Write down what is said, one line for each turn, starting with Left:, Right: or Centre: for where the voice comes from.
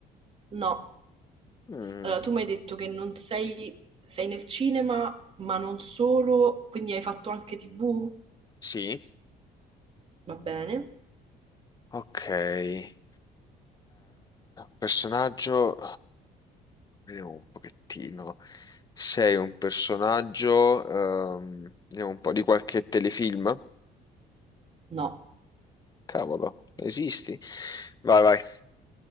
Right: No.
Left: Mm,
Right: Allora, tu mi hai detto che non sei, sei nel cinema, ma non solo, quindi hai fatto anche TV?
Left: sì.
Right: Va bene?
Left: Ok. Eh, personaggio. Vediamo un pochettino. Sei un personaggio. ehm, vediamo un po' di qualche telefilm.
Right: No.
Left: Cavolo, esisti? Vai, vai.